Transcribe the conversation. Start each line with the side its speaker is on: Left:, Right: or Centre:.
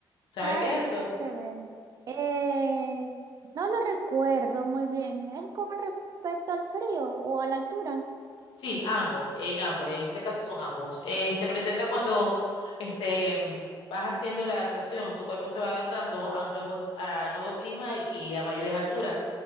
Left: ¿Sabes
Right: Ay,
Left: qué es eso?
Right: qué chévere. Eh, no lo recuerdo muy bien. ¿Es con respecto al frío o a la altura?
Left: Sí, ambos, en ambos, en este caso son ambos. Eh, se presenta cuando este, mm, vas haciendo la adaptación, tu cuerpo se va adaptando a un nuevo, a nuevo clima y, y a mayores alturas.